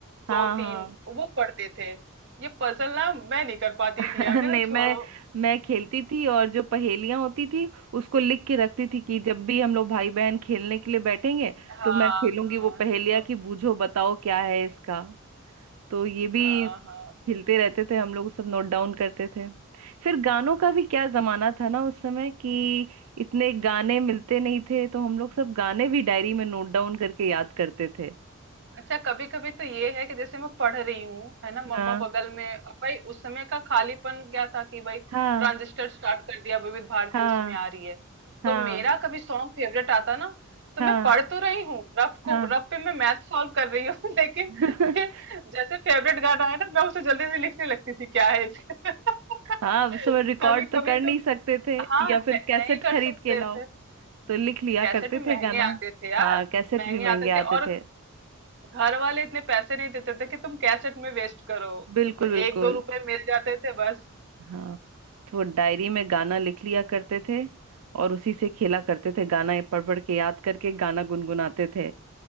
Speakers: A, on the right; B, on the right.
A: हाँ
B: दो
A: हाँ
B: तीन वो पढ़ते थे ये पजल ना मैं नहीं कर पाती
A: <laughs>
B: थी यार
A: नहीं
B: कहते
A: मैं
B: छोड़ो
A: मैं खेलती थी और जो पहेलियां होती थी उसको लिख के रखती थी कि जब भी हम लोग भाई बहन खेलने के लिए बैठेंगे
B: हाँ
A: तो मैं खेलूंगी
B: हाँ
A: वो पहेलियां
B: तो
A: कि बूझो बताओ क्या है इसका तो ये भी
B: हाँ हाँ
A: खेलते रहते थे हम लोग सब नोट डाउन करते थे फिर गानों का भी क्या जमाना था ना उस समय कि इतने गाने मिलते नहीं थे तो हम लोग सब गाने भी डायरी में नोट डाउन करके याद करते थे
B: अच्छा कभी कभी तो ये है कि जैसे मैं पढ़ रही हूँ है ना मम्मा
A: हाँ
B: बगल में अब भाई उस समय का खालीपन क्या था कि भाई
A: हाँ
B: ट्रांजिस्टर स्टार्ट कर दिया विविध भारती
A: हाँ
B: उसमें आ रही है तो
A: हाँ
B: मेरा कभी सॉन्ग फेवरेट आता ना तो
A: हाँ
B: मैं पढ़ तो रही हूँ रफ को
A: हाँ
B: रफ पे मैं मैथ सॉल्व कर रही हूँ <laughs> लेकिन
A: <laughs>
B: फिर जैसे फेवरेट गाना है ना मैं उसे जल्दी से लिखने लगती थी क्या है इसका <laughs>
A: हाँ उस समय रिकॉर्ड
B: कभी
A: तो
B: कभी
A: कर नहीं
B: तो
A: सकते थे
B: हाँ
A: या फिर
B: न-
A: कैसेट
B: नहीं कर
A: खरीद
B: सकते
A: के लाओ
B: थे
A: तो लिख लिया
B: कैसेट
A: करते
B: भी महंगे
A: थे गाना
B: आते थे यार
A: हाँ कैसेट
B: महंगे
A: भी महंगे
B: आते थे
A: आते
B: और
A: थे
B: घर वाले इतने पैसे नहीं देते थे कि तुम कैसेट में वेस्ट करो
A: बिल्कुल
B: ब-
A: बिल्कुल
B: एक दो रुपए मिल जाते थे बस
A: हाँ तो वो डायरी में गाना लिख लिया करते थे और उसी से खेला करते थे गाना ये पढ़ पढ़ के याद करके गाना गुनगुनाते थे